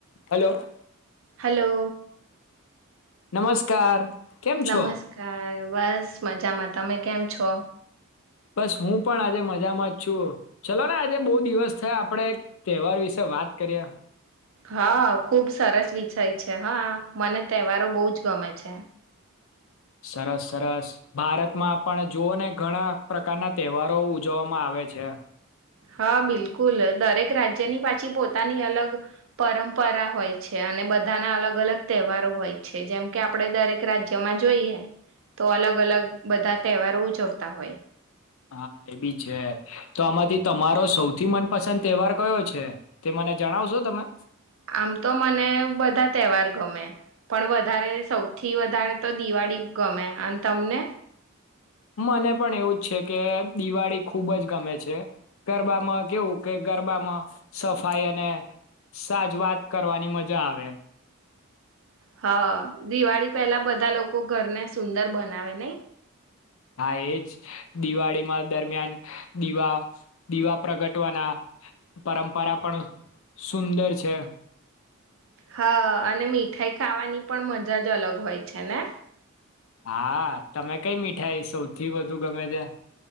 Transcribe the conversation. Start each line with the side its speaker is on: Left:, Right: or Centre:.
Left: hello
Right: hello
Left: નમસ્કાર કેમ
Right: નમસ્કાર
Left: છો
Right: બસ મજામાં તમે કેમ છો
Left: બસ હું પણ આજે મજામાં જ છું ચલો ને આજે બહુ દિવસ થયા આપણેે તહેવાર વિશે વાત કરીએ
Right: હા ખુબ સરસ વિષય છે હા મને તહેવારો બહુ જ ગમે છે
Left: સરસ સરસ ભારતમાં પણ જોુવઓ ને ઘણા પ્રકારના તહેવારો ઉજવવામાં આવે છે
Right: હા બિલકુલ દરેક રાજ્યની પાછી પોતાની અલગ પરંપરા હોય છે અને બધાના અલગ અલગ તહેવારો હોય છે જેમ કે આપડ દરેક રાજ્યમાં જોઈએ તો અલગ અલગ બધા તહેવારો ઉજવતા હોય
Left: હા એ બી છે તો આમાંથી તમારો સૌથી મનપસંદ તહેવાર કયો છે તે મને જણાવશો તમે
Right: આમ તો મને બધા તહેવાર ગમે પણ વધારે સૌથી વધારે તો દિવાળી ગમે અને તમને
Left: મને પણ એવુંજ છે કે દિવાળી ખુબ જ ગમે છે ગરબામાં કેવું કે ગરબામાં સફાઈ અને સાજ વાત કરવાની મજા આવે
Right: હા દિવાળી પેલા બધા લોકો ઘરને સુંદર બનાવે નહ
Left: હા એજ દિવાળીમાં દરમિયાન દીવા દીવા પ્રગટવાના પરંપરા પણ સુંદર છે
Right: હા અને મીઠાઈ ખાવાની પણ મજા જ અલગ હોય છે ને
Left: હા તમે કઈ મીઠાઈ સૌથી વધુ ગમે ત